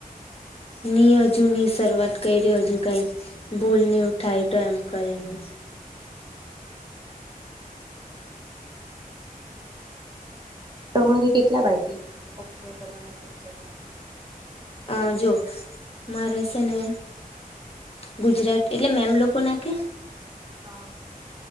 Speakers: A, on the left; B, on the right.
A: ની હજુ ની શરૂઆત કરી હજુ કંઈ ભૂલ ને ઉઠાય તો એમ કરીને.
B: તમારે કેટલા બાકી <inaudible> કરવાના ટીચરમાં.
A: આજો. મારે શેને ગુજરાતી એટલે મેમ લોકો ના કે
B: હા.